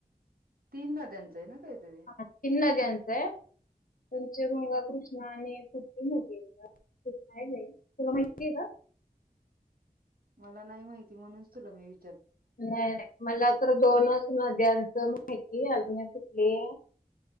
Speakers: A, on the right (about 75°); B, on the left (about 65°).
A: तीन नद्यांचं आहे ना काहीतरी
B: हा तीन नद्यांच आहे पंच गंगा कृष्णा आणि पुट न गेला य आहे तुला माहिती आहे का
A: मला नाही माहिती म्हणूनच तुला मी विच
B: नाही नाही मला तर दोनच नद्यांचं माहिती अजून कुठली